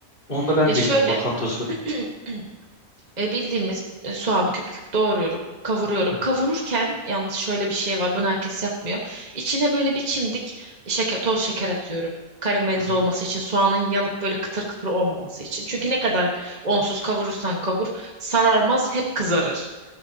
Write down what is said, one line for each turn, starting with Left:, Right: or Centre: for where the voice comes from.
Left: Onu da ben
Right: Ya şöyle
Left: bilmiyorum lokanta usulü.
Right: <clears throat> e, bildiğimiz e, soğan küp küp doğruyorum. Kavuruyorum.
Left: Evet.
Right: Kavururken yalnız şöyle bir şey var. Bunu herkes yapmıyor. İçine böyle bir çimdik şeker, toz şeker atıyorum. Karamelize
Left: Hı hı.
Right: olması için, soğanın yanıp böyle kıtır kıtır olmaması için. Çünkü ne kadar onsuz kavurursan kavur, sararmaz, hep kızarır.